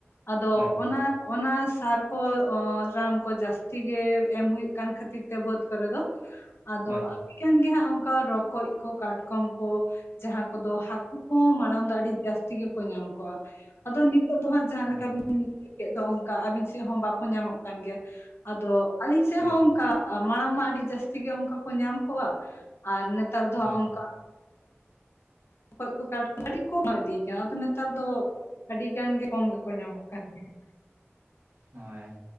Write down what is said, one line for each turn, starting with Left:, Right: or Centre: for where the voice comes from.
Left: ᱟᱫᱚ
Right: ᱦᱳᱭ
Left: ᱚᱱᱟ ᱚᱱᱟ ᱥᱟᱨ ᱠᱚ ᱚᱻ ᱨᱟᱱ ᱠᱚ ᱡᱟᱹᱥᱛᱤ ᱜᱮ ᱮᱢ ᱦᱩᱭᱩᱜ ᱠᱟᱱ ᱠᱷᱟᱹᱛᱤᱨ ᱛᱮ ᱵᱟᱹᱫᱽ ᱠᱚᱨᱮ ᱫᱚ᱾ ᱟᱫᱚ
Right: ᱦᱳᱭ
Left: ᱟᱹᱰᱤ ᱜᱟᱱ ᱜᱮ ᱦᱟᱸᱜ ᱚᱱᱠᱟ ᱨᱚᱠᱚᱡ ᱠᱚ ᱠᱟᱴᱠᱚᱢ ᱠᱚ ᱡᱟᱦᱟᱸ ᱠᱚ ᱫᱚ ᱦᱟᱠᱩ ᱠᱚ ᱦᱚᱸ ᱢᱟᱲᱟᱝ ᱫᱚ ᱟᱹᱰᱤ ᱡᱟᱥᱛᱤ ᱜᱮ ᱠᱚ ᱧᱟᱢ ᱠᱚᱜᱼᱟ᱾ ᱟᱫᱚ ᱱᱤᱛᱳᱜ ᱫᱚ ᱦᱟᱸᱜ ᱡᱟᱦᱟᱸ
Right: ᱦᱳᱭ
Left: ᱞᱮᱠᱟ <inaudible> <unintelligible> ᱫᱚ ᱚᱝᱠᱟ ᱟᱵᱤᱱ ᱥᱮᱜ ᱦᱚᱸ ᱵᱟᱠᱚ ᱧᱟᱢᱚᱜ ᱠᱟᱱ ᱜᱮᱭᱟ, ᱟᱫᱚ ᱟᱞᱤᱧ ᱥᱮᱜ
Right: ᱦᱳᱭ
Left: ᱦᱚᱸ ᱚᱝ ᱠᱟ ᱟᱸ ᱢᱟᱲᱟᱝ ᱢᱟ ᱟᱹᱰᱤ ᱡᱟᱹᱥᱛᱤ ᱜᱮ ᱚᱝᱠᱟ ᱠᱚ ᱧᱟᱢ ᱠᱚᱜᱼᱟ ᱟᱨ ᱱᱮᱛᱟᱨ ᱫᱚ ᱦᱟᱸᱜ
Right: ᱦᱳᱭ
Left: ᱚᱝᱠᱟ ᱨᱚᱠᱚᱡ ᱠᱚ ᱠᱟ <inaudible> ᱠᱚ ᱟᱹᱰᱤ ᱠᱚ <inaudible> ᱟᱫᱚ ᱱᱮᱛᱟᱨ ᱫᱚ ᱟᱹᱰᱤ ᱜᱟᱱ ᱜᱮ ᱠᱚᱢ ᱜᱮ ᱠᱚ ᱧᱟᱢᱚᱜ ᱠᱟᱱ ᱜᱮᱭᱟ᱾
Right: ᱦᱳᱭ᱾